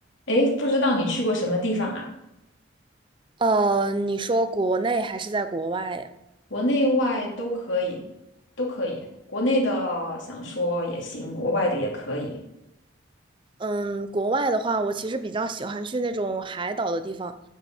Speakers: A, on the left; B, on the right.
A: 诶，不知道你去过什么地方啊？
B: 呃，你说国内还是在国外呀？
A: 国内外都可以，都可以。国内的想说也行，国外的也可以。
B: 嗯，国外的话，我其实比较喜欢去那种海岛的地方。